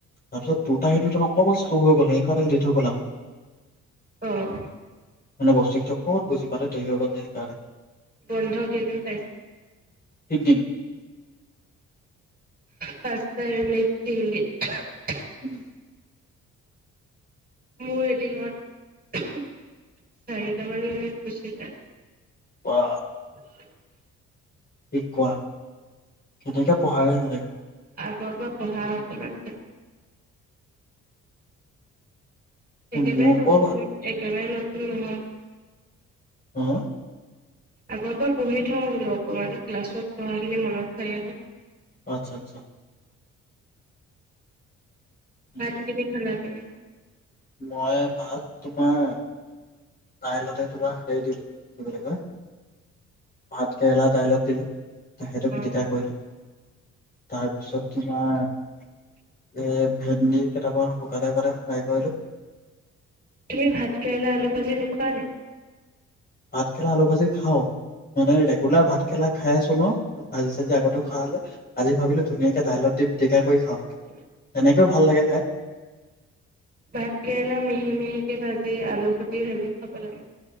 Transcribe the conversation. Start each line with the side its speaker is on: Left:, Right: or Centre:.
Left: তাৰপিছত দুটা ইউনিটত অকমান শ্ল' হৈ গল সেইকাৰ লেট হৈ গ'ল আকৌ।
Right: অ'।
Left: মান বস্ত <unintelligible> অকত বুজি পাল দে হৈ গল যে সেইণে <unintelligible>
Right: বন্ধ কেইদিন পাইছিলে
Left: তিনদিন
Right: পচ ন নিতি <unintelligible>
Left: উম
Right: মোৰ এদিনত চাৰিটাামান উ গুচিলে
Left: বা
Right: <inaudible>
Left: শিক কোৱা কেনেকে পঢ়ায় তেনেকে
Right: ৰ বা পঢ়া অকমান ভ একেবাৰে
Left: মোক
Right: লগো
Left: অ
Right: একেবাৰে লগ উহ
Left: হ
Right: আগৰ পৰা পঢ়ি থওঁ বোলো অকমান ক্লাছত পঢ়াখিনি মনত খায়ে ন
Left: আচ্ছা আচ্ছা সেইটোৱে
Right: ভাত কি দি খালা তুমি
Left: মই ভাত তোমাৰ দাইলতে তোমাৰ হেৰি দিলোবিলাকৰ ভাত কেৰেলা দাইলত দিলোঁ সেইটো
Right: অ',
Left: পিটিকা কৰিলোঁ তাৰপিছত তোমাৰ এ ভেন্দি কেইটাপ শুকতে শুকাতে ফ্ৰাই কৰিলো
Right: তুমি ভাত কেৰালা আলু ভাজি নোখোৱা নে
Left: ভাত খেলা আলু ভাজি খাও মানে ৰেগুলাৰ ভাত খেলা খাই আছো ন ভাজি চাজি আগতেও খোৱা হলে আজি ভাবিলো ধুনীয়াকে দাইলত দি টেকা কৰি খাওঁ
Right: উ
Left: এনেকও ভালাগে
Right: ভাত কেৰেলা মিহি মিহি ভাজি আলু খটি ভাজি খাব লাগে